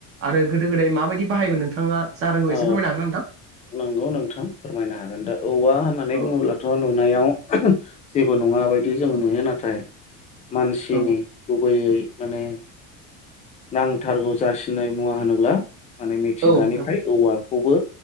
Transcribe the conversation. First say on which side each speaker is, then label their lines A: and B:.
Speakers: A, on the right (about 35°); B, on the left (about 20°).
A: आरो गोदो गोदाय माबायदि बाहायमोन नोंथाङा जा रोंगौ
B: औ
A: एसे फोरमायनो हागोन ना नोंथां।
B: नंगौ नोंथां फोरमायनो हागोन दा औवा होननानै
A: औ
B: बुङोब्लाथ' नुनायाव जेबो नङा बायदि जोङो नुयो नाथाय मानसिनि
A: औ
B: गुबैयै माने नांथारगौ जासिननाय मुवा होनोब्ला माने मिथिंगानिफ्राय
A: औ नोंथां
B: औवा खौबो